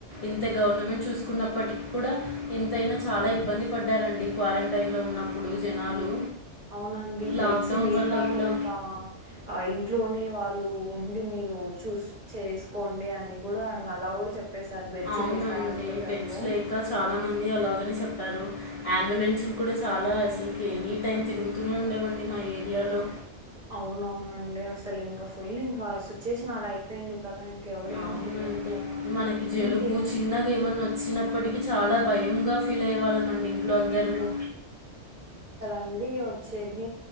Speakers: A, on the left; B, on the right.
A: ఎంత గవర్నమెంట్ చూసుకున్నప్పటికీ కూడా ఎంతైనా చాలా ఇబ్బంది పడ్డారు అండి క్వారంటైన్ లో ఉన్నప్పుడు జనాలు
B: అవునండి
A: లాక్డౌన్
B: బెడ్స్ లేక
A: వల్ల కూడా
B: ఇంకా ఇ ఇంట్లోనే వాళ్ళు ఉండి మీరు చూస్ చేసుకోండి అని కూడా అలా కూడా చె చెప్పేసారు బెడ్స్
A: అవునండి
B: లేక హాస్పిటల్
A: బెడ్స్
B: లో
A: లేక చాలామంది అలాగనే చెప్పారు అంబులెన్సులు కూడా చాలా అసలుకి ఎనీ టైమ్ తిరుగుతూనే ఉండేవండి మ ఏరియా లో
B: అవున అవునండి అసలు ఇంకా ఫుల్ ఇంకా సిట్యుయేషన్ అలా అయిపోయింది కదా ఇం ఎవరు ఏం
A: అవునండి
B: చెయలేంకాద
A: మనకి జలుబు
B: ఇంకేం
A: చిన్నగా ఏమన్నా వచ్చినప్పటికీ చాలా భయంగా ఫీల్ అయ్యే వాళ్ళమండి ఇంట్లో అందరము
B: అండి వచ్చేది